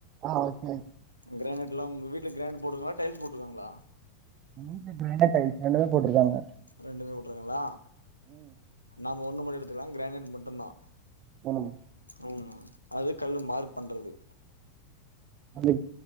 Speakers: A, on the right (about 35°); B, on the left (about 85°).
A: ஆ கே
B: கிரானட்லாம் உங்க வீட்ல கிரனைட் போட்டுருக்கங்களா டைல்ஸ் போட்டுருக்காங்களா
A: எங்க வீட்ல கிரானைட் டைல்ஸ் ரெண்டுமே போட்ருக்காங்க
B: ரெண்டுமே போட்டுருங்களா நாம ஒண்ணு மட்டு எடுத்துக்கலா கிரானைட் மட்டும்தா
A: ம்
B: ம் அது கல்லு மார்க் பண்றது
A: அது